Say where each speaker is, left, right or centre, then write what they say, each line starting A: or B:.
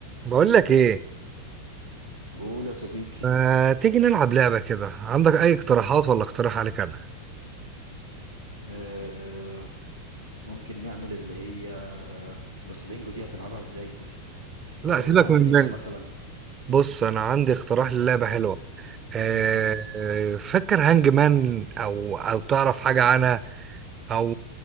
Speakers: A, on the right; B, on the right.
A: بقول لك ايه
B: قول يا صديقي
A: ما تيجي نلعب لعبة كده عندك اي اقتراحات ولا اقتراح عليك انا
B: آه ممكن نعمل اللي هي بس بينجو دي هتلعبها ازاي كده
A: لا
B: آه
A: سيبك
B: عندك
A: من
B: انت
A: من
B: مثلا
A: بص انا عندي اقتراح للعبة حلوة آه،
B: مم.
A: آه، فكر هانج مان او او تعرف حاجة عنها او